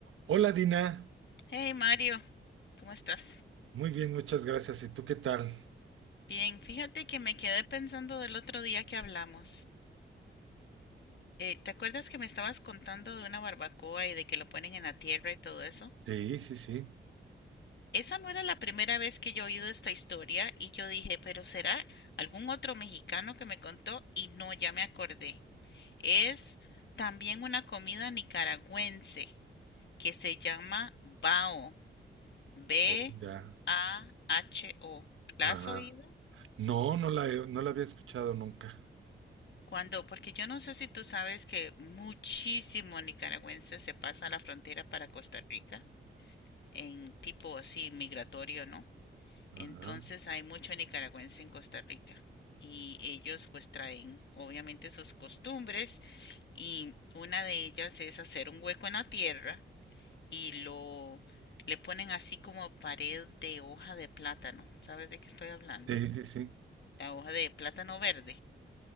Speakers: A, on the right; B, on the left.
A: Hola Dina,
B: Hey Mario, ¿cómo estás?
A: muy bien, muchas gracias. ¿Y tú qué tal?
B: Bien, fíjate que me quedé pensando del otro día que hablamos. Eh, ¿te acuerdas que me estabas contando de una barbacoa y de que lo ponen en la tierra y todo eso?
A: Sí, sí, sí.
B: Esa no era la primera vez que yo he oído esta historia y yo dije, pero será algún otro mexicano que me contó y no, ya me acordé. Es también una comida nicaragüense que se llama bao, B
A: Oh, ya.
B: A H O. ¿La
A: Ajá.
B: has oído?
A: No, no la, he- no la había escuchado nunca.
B: Cuando, porque yo no sé si tú sabes que muchísimo nicaragüense se pasa la frontera para Costa Rica en tipo así migratorio, ¿no?
A: Ajá.
B: Entonces hay mucho nicaragüense en Costa Rica y ellos pues traen obviamente sus costumbres y una de ellas es hacer un hueco en la tierra y lo le ponen así como pared de hoja de plátano. ¿Sabes de qué estoy hablando?
A: Sí, sí, sí.
B: La hoja de plátano verde